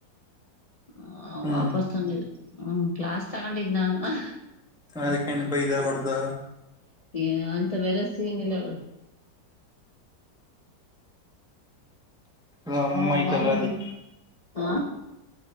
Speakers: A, on the left; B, in the centre.
A: ಹ
B: ಹ್ಮ್
A: ವಾಪಸ್ ತಂದಿದ ಹ್ಮ ಕ್ಲಾಸ್ ತಗೊಂಡಿದ್ನ ಅಲ್ವಾ
B: ಅದಕೇನು ಬೈದ ಹೋಡ್ದ
A: ಏ ಅಂತಾವೆಲ್ಲ ಸೀನ್ ಇಲ್ಲ ಬುಡು
B: ಹ್ಮ್ಮ್ಮೈ
A: ಅವ್ರ ಮ್ಯಾಮಿಗೆ
B: ಚಲ್ಲಲ್ಲಿ
A: ಹ